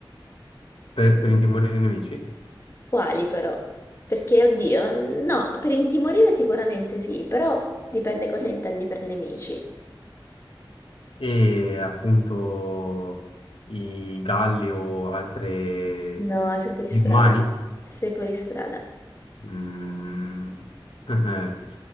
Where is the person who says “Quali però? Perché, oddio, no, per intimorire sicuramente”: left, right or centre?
Left